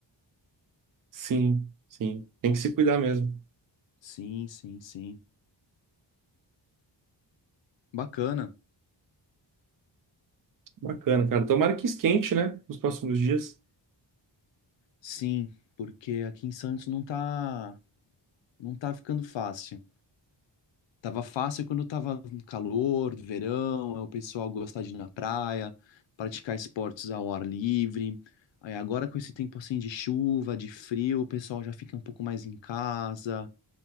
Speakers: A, on the right (about 50°); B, on the left (about 75°).
A: Sim, sim. Tem que se cuidar mesmo.
B: Sim, sim, sim. Bacana.
A: Bacana, cara. Tomara que esquente, né? Nos próximos dias.
B: Sim, porque aqui em Santos não tá, não tá ficando fácil. Tava fácil quando tava calor, verão, é o pessoal gostar de ir na praia, praticar esportes ao ar livre. Aí agora com esse tempo assim de chuva, de frio, o pessoal já fica um pouco mais em casa,